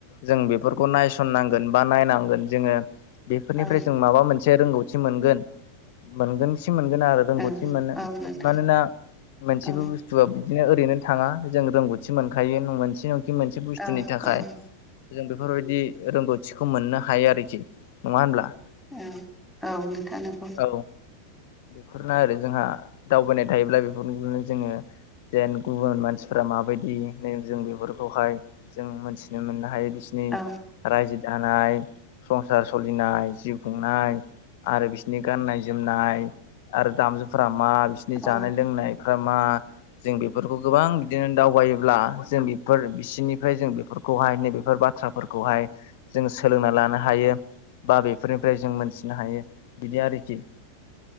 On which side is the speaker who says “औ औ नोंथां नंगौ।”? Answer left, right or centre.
Centre